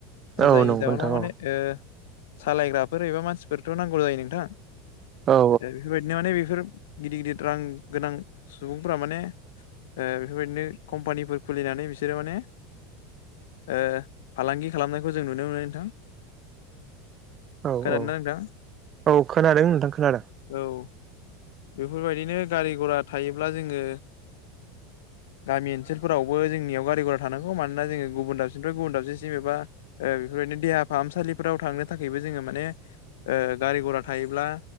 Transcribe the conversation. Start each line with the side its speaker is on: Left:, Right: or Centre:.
Right: औ
Left: जायनि
Right: नंगौ
Left: जाउनाव
Right: नोंथां
Left: माने
Right: औ
Left: ओ सालायग्राफोर एबा मानसिफोरथ नांगौ जायो नोंथां ओ
Right: औ
Left: बेफोरबायदिनो माने बेफोर गिदिर गिदिर रां गोनां सुबुंफ्रा माने ओ बेफोरबायदिनो कम्पानिफोर खुलिनानै बिसोरो माने ओ फालांगि खालामनायखौ जों नुनो मोनो नोंथां।
Right: औ
Left: खोनादोंना
Right: औ
Left: नोंथां?
Right: औ खोनादों नोंथां खोनादों।
Left: औ बेफोरबायदिनो गारि घरा थायोब्ला जोङो गामि ओनसोलफोरावबो जोंनियाव गारि घरा थानांगौ मानोना जोङो गुबुन दाबसेनिफ्राय गुबुन दाबसेसिम एबा बेफोरबायदिनो देहा फाहामसालिफोराव थांनो थाखायबो जोङो माने गारि घरा थायोब्ला